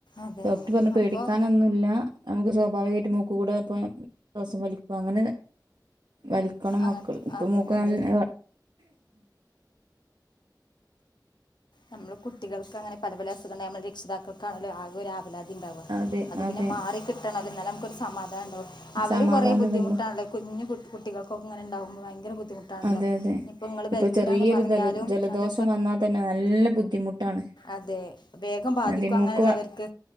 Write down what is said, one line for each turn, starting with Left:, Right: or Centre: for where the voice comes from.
Left: അതെ
Right: ഡോക്ടർ പറഞ്ഞ് പേടിക്കാനൊന്നുമല്ല.
Left: അപ്പോൾ
Right: നമുക്ക് സ്വാഭാവികായിട്ട് മൂക്കുകൂടെ ഇപ്പ ശാസം വലിക്കും അങ്ങനെ. വലിക്കണം
Left: അങ്ങനത്തെ
Right: മക്കൾ ഇപ്പൊ
Left: അതെ
Right: മൂക്ക്
Left: അതെ
Right: നല്ല
Left: നമ്മള് കുട്ടികൾക്ക് അങ്ങനെ പല പല അസുഖ നമ്മൾ രക്ഷിതാക്കൾക്കാണല്ലോ ആക ഒരാധി. വലാതി ഉണ്ടാവ
Right: അതെ
Left: അത്
Right: അതെ
Left: പിന്നെ മാറി കിട്ടണല്ലോ എന്നാൽ നമുക്കൊരു സമാധാനം ണ്ടാവാ അവരും
Right: സമാധാനതള്ളു
Left: കൊറെ ബുദ്ധിമുട്ടാണല്ലോ കുഞ്ഞു കു കുട്ടികൾ. ക്ക ങ്ങനെ ഉണ്ടാവുമ്പോ ഭയങ്കര ബുദ്ധിമുട്ടണല്ലോ
Right: അതെ അതെ
Left: ഇഞ്ഞിപ്പം ങ്ങള്
Right: ഇപ്പൊ
Left: ബെൽറ്റ്
Right: ചെറിയൊരു
Left: ഇടാന്ന് പറഞ്ഞാലും
Right: ജല ജലദോഷം
Left: അത്.
Right: വന്നാൽ തന്നെ നല്ല ബുദ്ധിമുട്ടാണ്.
Left: അതെ വേഗം ബാധിക്കും
Right: അതെ മൂക്ക്
Left: അങ്ങനെയുള്ളവർക്ക്.
Right: വ-